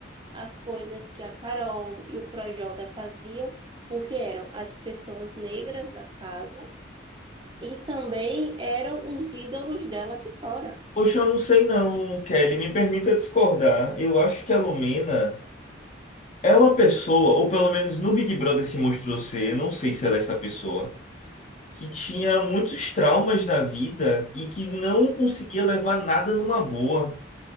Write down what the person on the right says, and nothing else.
as coisas que a Carol e o Projota faziam, porque eram as pessoas negras da casa E também eram os ídolos dela aqui fora.